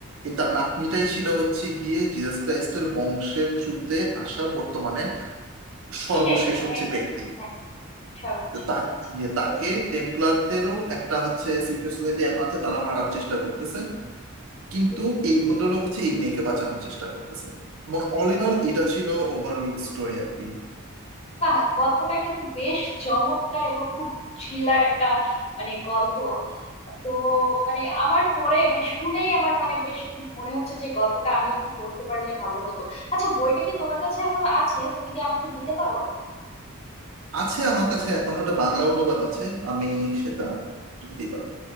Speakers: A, on the right; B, on the left.
A: এ তার নাতনিটাই ছিল হচ্ছে গিয়ে জিসাস ক্রাইস্টের বংশের থ্রুতে আসা বর্তমানে সর্বশেষ
B: শেষ মানে
A: হচ্ছে
B: একদম
A: ব্যক্তি
B: হ্যাঁ সর্বশেষ
A: তো তা
B: আচ্ছা আচ্ছা
A: যে তাকে
B: বুঝতে বুঝতে
A: টেম্পলারদেরও
B: পেরেছি
A: একটা হচ্ছে সিক্রেট সোসাইটি এখন আছে তারা মারার চেষ্টা করতেছে কিন্তু
B: বুঝতে পেরেছি
A: এই ভদ্রলোক হচ্ছে এই মেয়েকে বাঁচানোর চেষ্টা করতেছে মানে অল ইন
B: ও
A: অল এটা ছিল ওভারঅল স্টোরি আর কি
B: বাহ গল্পটা কিন্তু বেশ চমৎকার এবং খুব থ্রিলার একটা মানে গল্প তো মানে আমার পড়ে মানে শুনেই আমার মানে বেশ একটু মনে হচ্ছে যে গল্পটা আমিও একটু পড়তে পারলে ভালো হতো আচ্ছা বইটা কি তোমার কাছে এখনো আছে তুমি কি আমাকে দিতে পারো
A: আছে আমার কাছে এখনো একটা বাংলা অনুবাদ আছে আমি সেটা দিতেই পারবো